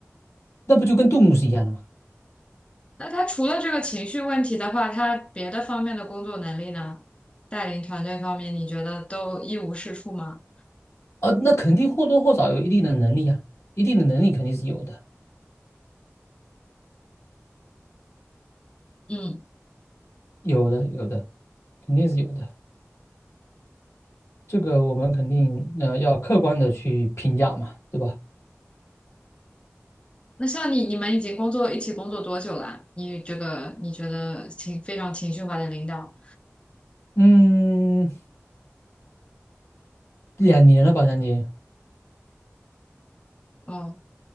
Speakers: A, on the left (about 70°); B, on the left (about 25°).
A: 那不就跟动物是一样的吗？
B: 那他除了这个情绪问题的话，他别的方面的工作能力呢？带领团队方面，你觉得都一无是处吗？
A: 呃，那肯定或多或少有一定的能力啊，一定的能力肯定是有的。
B: 嗯。
A: 有的，有的，肯定是有的。这个我们肯定呃要客观的去评价嘛，对吧？
B: 那像你，你们已经工作一起工作多久啦？你这个你觉得情非常情绪化的领导，
A: 嗯，两年了吧，将近。
B: 哦，